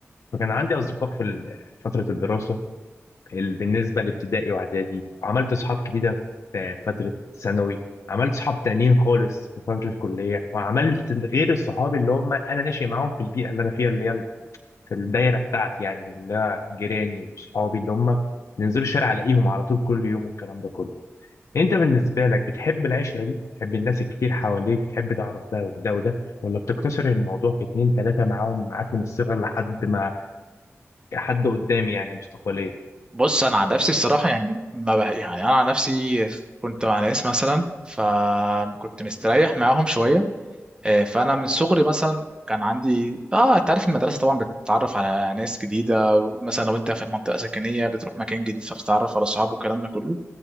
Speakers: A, on the left; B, on the right.
A: فكان عندي اصدقاء في ال- فتره الدراسه ال- بالنسبه لابتدائي واعدادي عملت اصحاب جديده في فتره ثانوي عملت صحاب تانيين خالص في فتره الكليه وعملت غير الصحاب اللي هم انا ناشئ معاهم في البيئه اللي انا فيها اللي هي في الدايره بتاعتي يعني اللي هو جيراني وصحابي اللي هم ننزلوا الشارع الاقيهم على طول كل يوم والكلام ده كله انت بالنسبه لك بتحب العشره دي بتحب الناس الكتير حواليك بتحب تعرف ده وده وده ولا بتقتصر الموضوع في اتنين تلاته معاهم معاك من الصغر لحد ما حد قدام يعني مستقبليا
B: بص انا عن نفسي الصراحة يعني ما بح... يعني انا عن نفسي كنت مع ناس مثلا فكنت مستريح معاهم شوية آه، فانا من صغري مثلا كان عندي اه انت عارف المدرسه طبعا بتتعرف على ناس جديده مثلا لو انت في منطقه سكنيه بتروح مكان جديد فبتتعرف على اصحاب والكلام ده كله